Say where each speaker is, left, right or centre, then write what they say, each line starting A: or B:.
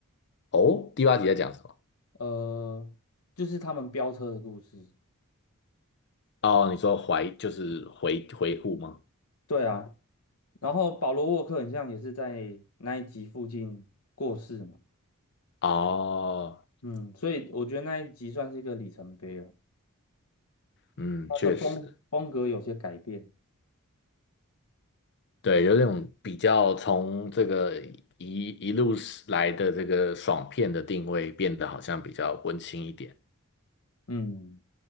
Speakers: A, on the left; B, on the left.
A: 哦，第八集在讲什么？
B: 呃，就是他们飙车的故事。
A: 哦，你说怀就是回回顾吗？
B: 对啊，然后保罗沃克很像也是在那一集附近过世嘛，
A: 哦，
B: 嗯，所以我觉得那一集算是一个里程碑了，
A: 嗯，
B: 他的风风格有些改变，
A: 确实。对，有那种比较从这个一一路来的这个爽片的定位变得好像比较温馨一点。
B: 嗯，